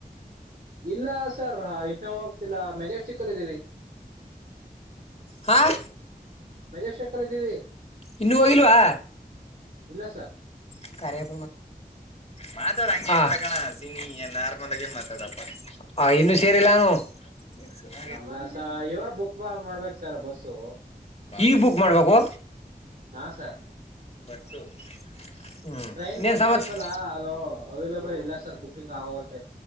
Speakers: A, on the right; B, on the left.
A: ಇಲ್ಲ ಸರ್ ಇನ್ನ ಹೋಗ್ತಿಲ್ಲ ಮೆಜೆಸ್ಟಿಕ್ಲ್ಲ ಇದೀವಿ
B: ಹಾಂ
A: ಮೆಜೆಸ್ಟಿಕ್ ಅಲ್ಲಿ ಇದೀವಿ
B: ಇನ್ನುೂ ಹೋಗಿಲ್ವಾ
A: ಇಲ್ಲ ಸರ್
B: ಪುತಾತ ಮಾತಾಡ ಹಂಗ ತಕಣ ಸಿನಿ ನಾರ್ಮಲ್ ಆಗೇ ಮಾತಾಡಪ್ಪಾ ಹ ಇನ್ನು ಸೇರಿಲ್ಲಾನು ಹ
A: ಇಲ್ಲ ಸ ಇವಾಗ ಬುಕ್ ಮಾಡ್ಬೇಕಕ್ ಸರ್ ಬಸ್ಸು
B: ಈ ಬುಕ್ ಮಾಡ್ಬೇಕು
A: ಹಾ ಸರ್
B: ಬಸ್ಸು ಹ್ಮ್
A: ಟ್ರೈನ್
B: ಇನ್ನೇನ್
A: ಬುಕ್
B: ಸಮಾಚಾರ
A: ಮಾಡಿದ್ವಲ್ಲಾ ಅದು ಅವೈಲಬಲ್ ಇಲ್ಲ ಸರ್ ಬುಿಂಗ್ ಆಗೋೋಗ್ತೈು